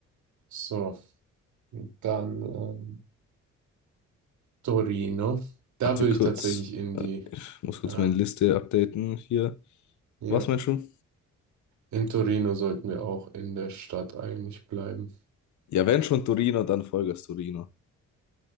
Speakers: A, on the right; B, on the left.
A: So, dann. ähm, Torino. Da
B: Warte
A: würde
B: kurz.
A: ich tatsächlich in
B: Äh,
A: die,
B: Ich muss kurz
A: ähm,
B: meine Liste updaten hier.
A: ja,
B: Was meinst du?
A: in Torino sollten wir auch in der Stadt eigentlich bleiben.
B: Ja, wenn schon Torino, dann Vollgas Torino.